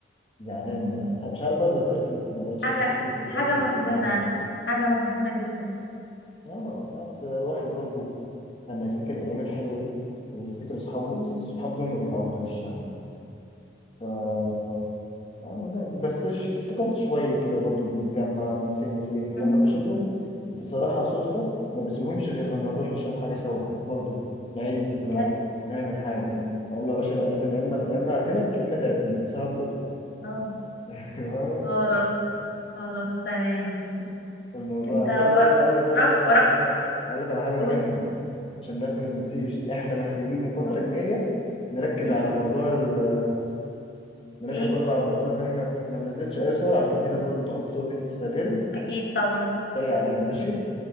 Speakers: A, on the left (about 30°); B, on the left (about 65°).
A: زعلان
B: مم.
A: مش عارف بقى ذاكرتي ما بقتش
B: حاجه
A: افتكر الذكريات
B: حاجه
A: القديمه
B: محزنه
A: والله
B: حاجه محزنه جدا
A: اه يعني كده الواحد برضو لما يفتكر الايام الحلوه دي ويفتكر اصحابه
B: مم.
A: الصحاب دول ما بيتعوضوش يعني يعني لا بس ش- افتكرت شوية كده برضو بنتجمع من فين لفين ولما
B: مم.
A: بشوفهم بصراحة صدفة ما بسيبهمش غير لما نروح نشرب حاجة سوا برضو نعيد الذكريات
B: بجد.
A: نعمل حاجة
B: مم.
A: أقول له يا باشا لا لازم يا إما يا إما أعزمك يا إما تعزمني بس هنروح
B: اه
A: <laughs> فاهم
B: خلاص خلاص تمام ماشي
A: فالموضوع
B: انت وراك
A: خلي بالك أقول لك برضو أقول لك
B: وراك
A: على حاجة أقول لك على حاجة مهمة
B: قول
A: عشان بس ما تنسيش إحنا محتاجين الفترة
B: قول
A: الجاية نركز
B: مم؟
A: على موضوع ال... نركز
B: ايه
A: برضه على موضوع إن إحنا ما ننزلش أي صور عشان في ناس برضو بتاخد الصور دي تستغل
B: اكيد طبعا
A: تريق علينا ماشي